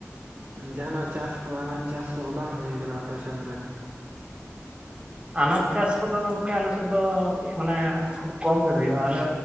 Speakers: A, on the right; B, on the right.
A: ᱡᱟᱦᱟᱱᱟᱜ ᱪᱟᱥ ᱠᱚ ᱟᱱᱟᱡ ᱪᱟᱥ ᱠᱚᱦᱚᱸ ᱵᱟᱝ ᱦᱩᱭ ᱟᱠᱟᱱᱟ ᱟᱯᱮ ᱥᱮᱱ ᱨᱮ
B: ᱟᱱᱟᱡᱽ ᱪᱟᱥ ᱠᱚᱫᱚ ᱜᱚᱢᱠᱮ ᱟᱞᱮᱥᱮᱫ ᱫᱚ ᱢᱟᱱᱮ ᱠᱷᱩᱵᱽ ᱠᱚᱢ ᱜᱮ ᱦᱩᱭᱩᱜ-ᱟ ᱟᱞᱮ